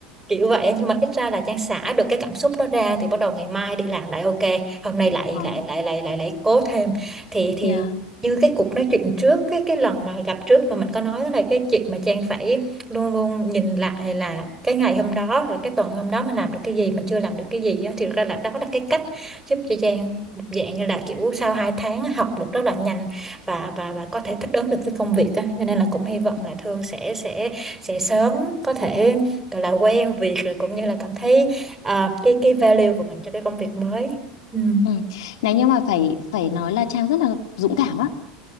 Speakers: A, on the right; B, on the left.
A: kiểu vậy á. nhưng mà ít ra là Trang xả được cái cảm xúc đó ra thì bắt đầu ngày mai đi làm lại ok hôm nay lại
B: Ờ,
A: lại lại lại lại lại cố thêm thì thì
B: yeah.
A: như cái cuộc nói chuyện trước cái cái lần mà gặp trước mà mình có nói là cái chuyện mà Trang phải luôn luôn nhìn lại là cái ngày hôm đó là cái tuần hôm đó mình làm được cái gì mình chưa làm được cái gì á thì thực ra là đó là cái cách giúp cho Trang một dạng như là kiểu sau 2 tháng á, học được rất là nhanh và và và có thể thích ứng được với công việc á cho nên là cũng hy vọng
B: Ừ.
A: là Thương sẽ sẽ sẽ sớm có thể gọi là quen việc rồi cũng như là cảm thấy ờ, cái cái value của mình cho cái công việc mới ừ
B: Ừ. Này nhưng mà phải phải nói là Trang rất là dũng cảm á,